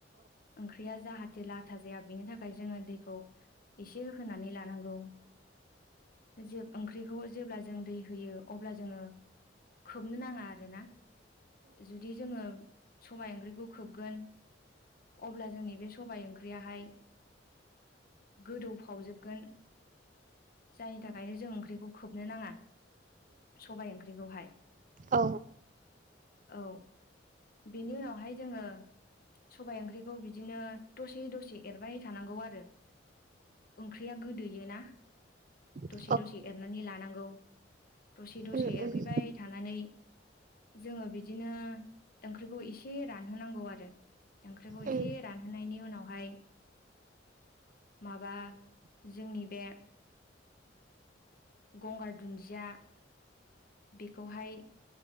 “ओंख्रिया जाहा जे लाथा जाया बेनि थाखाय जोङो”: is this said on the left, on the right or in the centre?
Left